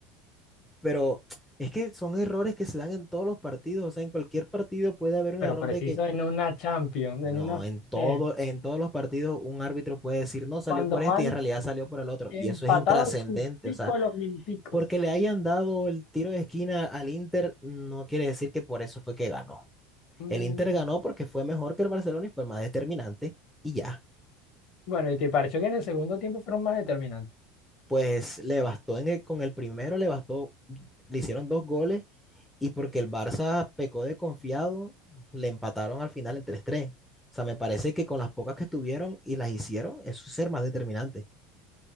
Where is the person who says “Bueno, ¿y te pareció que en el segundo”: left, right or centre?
Left